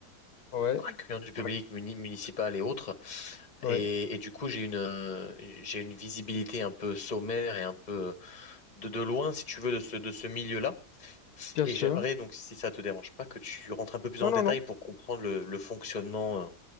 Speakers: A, on the left (about 70°); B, on the left (about 30°).
A: Ouais,
B: accueillant du public
A: ouais,
B: muni- municipal et autres.
A: ouais,
B: Et, et du coup, j'ai une, euh, j'ai une visibilité un peu sommaire et un peu de, de loin, si tu veux, de ce, de ce milieu-là.
A: bien
B: Et
A: sûr.
B: j'aimerais donc, si ça te dérange pas, que tu rentres un peu plus
A: Non,
B: dans le
A: non,
B: détail
A: non.
B: pour comprendre le, le fonctionnement euh,